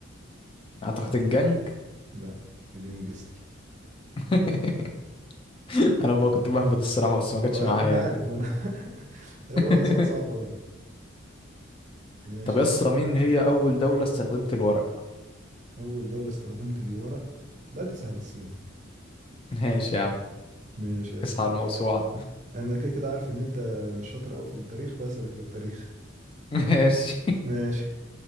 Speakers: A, on the left (about 25°); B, on the right (about 35°).
A: أعتقد الجنج
B: لا اليانجستي
A: <laughs> <laughs> انا بقى كنت بهبد الصراحه بس ما
B: ما
A: جاتش معايا
B: انا
A: يعني.
B: عارف ما انا <laughs> هو
A: <laughs>
B: سؤال صعب قوي ماشي
A: طب يا اسطى مين هي اول دوله استخدمت الورق
B: اول دولة استخدمت لي ورق لا دي سهلة الصين
A: ماشي يا عم
B: ماشي يا اسطى
A: اصحى على الموسوعه
B: انا كده كده عارف ان انت مش شاطر قوي في التاريخ بسألك في التاريخ
A: <laughs> ماشي
B: ماشي